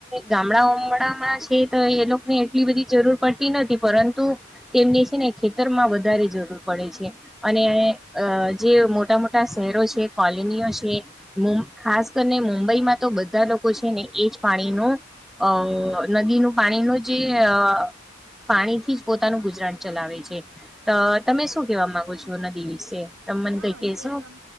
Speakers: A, in the centre; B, on the right (about 85°).
A: ગામડા ઓમડામાં છે, તો એ લોકો ને એટલી બધી જરૂર પડતી નથી પરંતુ તેમને છે, ને ખેતરમાં વધારે જરૂર પડે છે, અને અ જે મોટા મોટા શહેરો છે. કોલીનીઓ છે, મુ ખાસ કરીને મુંબઈમાં તો બધા લોકો છે, ને એજ પાણીનો અ નદીનું પાણીનું જે અ પાણીથી જ પોતાનું ગુજરાન ચલાવે છે, અ મે શું કેવા માંગો છો નદી વિશે? તમે મને
B: હા
A: કઈ કહેશો?
B: જે તમ